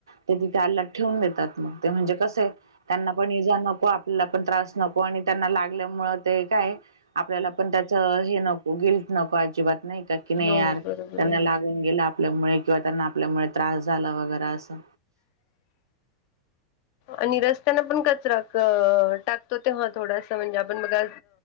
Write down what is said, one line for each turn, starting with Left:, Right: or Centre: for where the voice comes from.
Right: ते तिथे अल्लात ठेवून देतात मग. ते म्हणजे कसं आहे? त्यांना पण इजा नको आपल्याला पण त्रास नको आणि त्यांना लागल्यामुळ ते काय आपल्याला पण त्याच हे नको. गिल्ट नको. अजिबात नाही का? की नाही
Left: हो
Right: यार
Left: बरोबर
Right: त्यांना
Left: आहे
Right: लाग ऊन गेल आपल्यामुळे किंवा त्यांना आपल्यामुळे त्रास झाला वगैर असं
Left: आणि रस्त्यान पण कचरा क टाकतो तेव्हा थोडासा म्हणजे आपण बघा